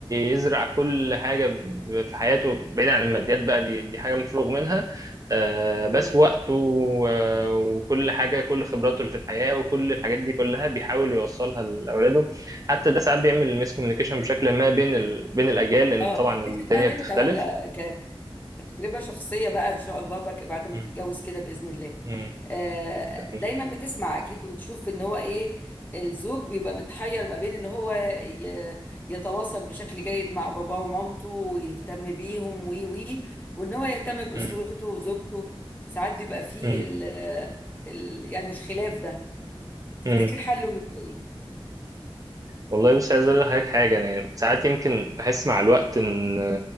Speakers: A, on the right; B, on the left.
A: يزرع كل حاجة ب- في حياته بعيد عن الماديات بقى دي دي حاجة مفروغ منها آه،
B: طبعا
A: بس وقته و- وكل حاجة كل خبراته اللي في الحياة وكل الحاجات دي كلها بيحاول يوصلها لأولاده حتى ده ساعات بيعمل ميس كوميونيكيشن بشكل ما بين ال... بين الأجيال لأن
B: اه
A: طبعا
B: تفتكر
A: الدنيا
B: طيب
A: بتختلف
B: انت لا كتجربة شخصية بقى ان شاء الله بك بعد ما
A: مم.
B: تتجوز كده بإذن الله
A: مم.
B: آه،
A: مم.
B: دايما بتسمع اكيد وتشوف ان هو ايه الزوج بيبقى متحير ما بين ان هو ي- يتواصل بشكل جيد مع باباه ومامته ويهتم بيهم وي وي وان هو يهتم بأسرته
A: مم.
B: وزوجته ساعات بيبقى فيه
A: مم.
B: ال ال يعني الخلاف ده تفتكر
A: مم.
B: حله بيبقى ايه؟
A: والله بص عايز اقول لحضرتك حاجه يعني ساعات يمكن بحس مع الوقت ان